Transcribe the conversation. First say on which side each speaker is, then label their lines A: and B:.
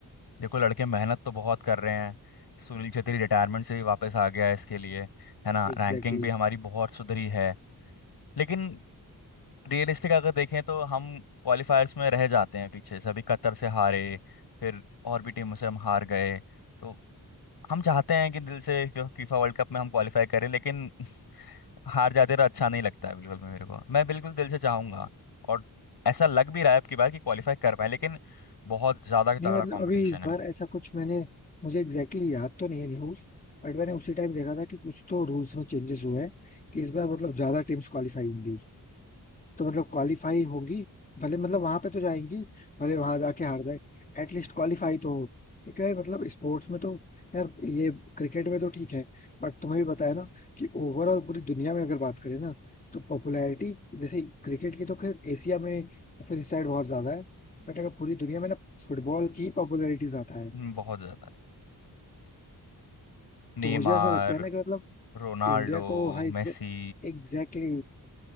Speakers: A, on the left; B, on the left.
A: देखो लड़के मेहनत तो बहुत कर रहे हैं सुनील छेत्री रिटायरमेंट से भी वापस आ गया है इसके लिए है ना
B: एग्जैक्टली
A: रैंकिंग भी हमारी बहुत सुधरी है लेकिन रियलिस्टिक अगर देखें तो हम क्वालिफायर्स में रह जाते हैं पीछे से अभी कतर से हारे फिर और भी टीमों से हम हार गए तो हम चाहते हैं कि दिल से फीफा वर्ल्ड कप में हम क्वालिफाई करें लेकिन <laughs> हार जाते तो अच्छा नहीं लगता है बिल्कुल भी मेरे को मैं बिल्कुल दिल से चाहूंगा और ऐसा लग भी रहा है अब की बार कि क्वालिफाई कर पाए लेकिन बहुत ज़्यादा तगड़ा
B: नहीं मतलब
A: कंपटीशन
B: अभी इस
A: है
B: बार ऐसा कुछ मैंने मुझे एग्जैक्टली exactly याद तो नहीं है न्यूज बट मैंने उसी टाइम देखा था कि कुछ तो रूल्स में चेंजेस हुए हैं कि इस बार मतलब ज्यादा टीम्स क्वालिफाई होंगी तो मतलब क्वालिफाई होगी भले मतलब वहां पे तो जाएंगी भले वहां जाके हार जाए एटलीस्ट क्वालिफाई तो हो क्योंकि भाई मतलब स्पोर्ट्स में तो यार ये क्रिकेट में तो ठीक है बट तुम्हें भी बताया ना कि ओवरऑल पूरी दुनिया में अगर बात करें ना तो पॉपुलैरिटी जैसे क्रिकेट की तो खैर एशिया में या फिर इस साइड बहुत ज्यादा है बट अगर पूरी दुनिया में ना फुटबॉल की पॉपुलैरिटी ज्यादा है
A: हम्म, बहुत ज़्यादा Neymar
B: तो मुझे ऐसा लगता है ना कि मतलब
A: Ronaldo
B: इंडिया को हाँ
A: Messi
B: एग्जैक्टली